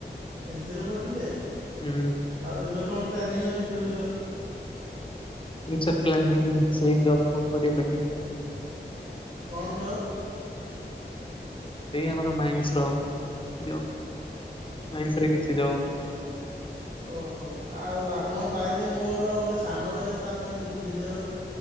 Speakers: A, on the right; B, on the left.
A: ଏନ୍ ସିରେ ପଢୁଥିଲେ?
B: ହୁଁ
A: ଆଉ ଏବେ କଣ ପ୍ଲାନିଂ ଅଛି ଫ୍ୟୁଚର?
B: ଫ୍ୟୁଚର୍ ପ୍ଲାନିଂ ସେଇ ଜବ୍ ଫବ୍ କରିବା ଲାଗି <unintelligible>
A: କଣ ଜବ୍?
B: ସେଇ ଆମର ମାଇନ୍ସର ଜବ୍। ମାଇନ୍ସରେ କିଛି ଜବ୍।
A: ଓହୋ ଆଉ ଆପଣ ପାଇଲେ ମୋର ଆଉ ଗୋଟେ ସାନ ଭାଇ ଅଛି ତା ପାଇଁ ତ ବୁଝି ଦେବେ?